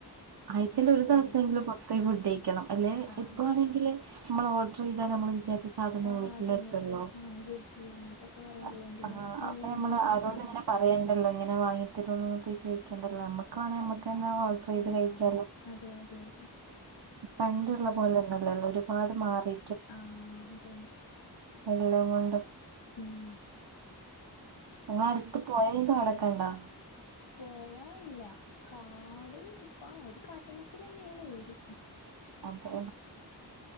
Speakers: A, on the right; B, on the left.
A: ആഴ്ചൽ ഒരുദിവസങ്കിലും
B: ഏ
A: പൊ ത്തെ ഫുഡയിക്കണം അല്ലെ
B: ആഹ്
A: എപ്പോവേണെങ്കിൽ നമ്മൾ ഓർഡർചെയ്തൽ നമ്മൾ വിചാരിച്ച സാധനങ്ങൾ
B: ആഹ് അതന്നെ
A: ലെ ത്തിന്നോ
B: ഇപ്പൊ ആഹ് സ്വിഗ്ഗി അങ്ങനത്തൊക്കെ കൊറേ
A: അഹ്
B: ഉള്ളോണ്ടില്ലേ
A: ആഹ്
B: ഓൺലൈൻ
A: അപ്പൊ നമ്മള്
B: ഡെലിവറി
A: അവരോട്
B: ഒക്കെ ഉണ്ടല്ലോ
A: ഇങ്ങനെ പറയേണ്ടല്ലോ അങ്ങനെവാങ്ങിത്തരോനൊന്നും പൊയി ചോയിക്കണ്ടല്ലോനമ്മക്ക് വേണേൽ നമ്മക്ക് ന്നെ ഓഡർ ചെയ്ത്
B: ആഹ്
A: കഴിക്കാലോ
B: അതെ അതെ അതെ
A: പണ്ടുള്ള
B: ഉം
A: പോലൊന്നും അല്ലല്ലോ ഒരു പാട് മാറി
B: ആഹ് അതെന്നെ
A: എല്ലം കൊണ്ടും
B: മ്
A: ങ്ങളട്ത് പൊയേം തോടക്കണ്ടൊ
B: പോഴ ഇല്ല കാട് ആ ഒരു കട്ടമുക്കിലെന്നേണ് വീട്
A: അതെ